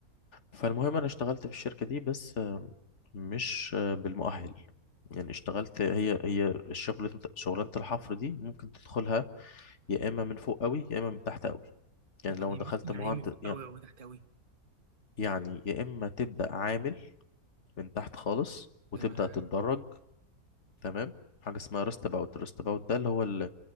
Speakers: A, on the left; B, on the right.
A: فالمهم أنا اشتغلت في الشركة دي بس آم، مش آه، بالمؤهل يعني اشتغلت هي هي الشغل شغلانة الحفر دي ممكن تدخلها يا إما من فوق قوي يا إما من تحت قوي يعني
B: يعني
A: لو
B: إيه
A: دخلت
B: م- يعني
A: مهندس
B: ايه من فوق
A: يعني
B: قوي وتحت قوي
A: يعني يا إما تبدأ عامل من تحت خالص وتبدأ
B: تمام
A: تتدرج تمام حاجة اسمها ريست باوت ريست باوت ده اللي هو ال-